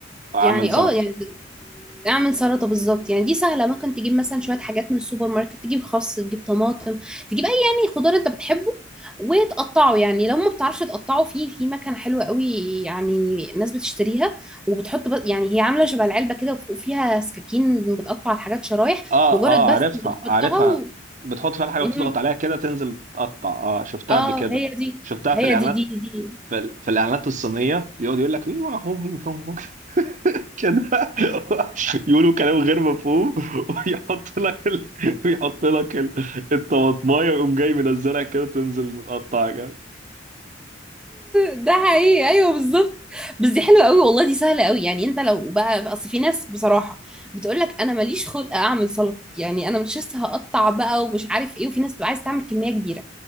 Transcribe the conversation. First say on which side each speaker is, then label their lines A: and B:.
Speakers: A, on the right; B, in the centre.
A: اعمل
B: يعني
A: سلطه
B: اه يعني اعمل سلطه بالظبط يعني دي سهله ممكن تجيب مثلا شويه حاجات من السوبر ماركت تجيب خس تجيب طماطم تجيب اي يعني خضار انت بتحبه وتقطعه يعني لو ما بتعرفش تقطعه في في مكنه حلوه قوي يعني الناس بتشتريها وبتحط بس يعني هي عامله شبه العلبه كده وف- وفيها سكاكين بتقطع الحاجات شرايح
A: اه
B: مجرد
A: اه
B: بس
A: عارفها
B: بتحطها
A: عارفها
B: و...
A: بتحط فيها الحاجه
B: مهم.
A: وتضغط عليها كده تنزل تقطع اه شفتها
B: اه
A: قبل كده
B: هي دي
A: شفتها في
B: هي
A: الاعلانات
B: دي دي دي
A: في, ال- في الاعلانات الصينيه بيقعد يقول لك مين هو كده <laughs> يقولوا كلام غير مفهوم <laughs> ويحط لك ال... ويحط لك ال... الطماطمايه ويقوم جاي منزلها كده تنزل متقطعه كده
B: ده حقيقي ايوه بالظبط بس دي حلوه قوي والله دي سهله قوي يعني انت لو بقى اصل في ناس بصراحه بتقول لك انا ماليش خلق اعمل سلطه يعني انا مش لسه هقطع بقى ومش عارف ايه وفي ناس بتبقى عايز تعمل كميه كبيره